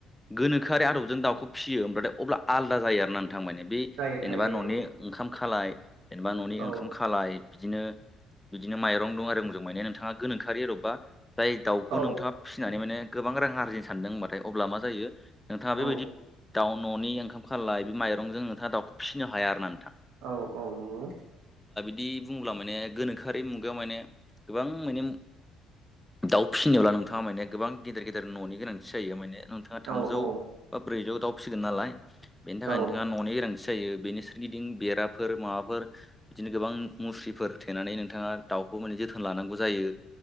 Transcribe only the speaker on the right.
जायो
जायो
औ
औ
औ
औ औ नंगौ।
औ औ
औ